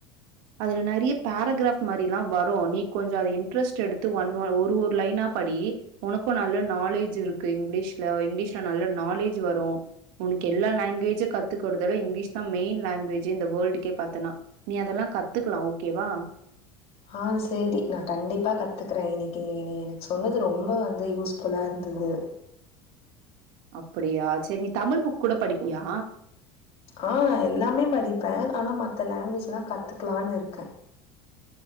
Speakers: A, on the right; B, on the left.
A: அதுல நிறைய பேராகிராப் மாரியெலா வரும் நீ கொஞ்சோம் அத இன்ட்ரெஸ்ட் எடுத்து ஒன் ஒரு லைனா படி உனக்கு நல்ல நாலேஜ் இருக்கு இங்கிலீஷ்ல இங்கிலீஷ்ல நல்ல நாலேஜ் வரும் உனக்கு எல்லா லாங்குவேஜ் கத்துக்கறத விட இங்கிலீஷ் தான் மெயின் லாங்குவேஜ் இந்த வேர்ல்டுக்கே பார்த்தேனா நீ அதெல்லாம் கத் கத்துக்கலாம் ஓகேவா
B: ஆஹ் சேரிக்கா நான் கண்டிப்பா கத்துக்குறேன் இன்னைக்கு நீஎனக்கு சொன்னது ரொம்ப வந்து யூஸ்புல்லா இருந்தது
A: அப்படியா சேரி நீ தமிழ் புக் கூட படிப்பியா?
B: ஆஹ் எல்லாமே படிப்பேன் ஆனா மத் த லாங்குவேஜ்லா கத்துக்கலான்னு இருக்கேன்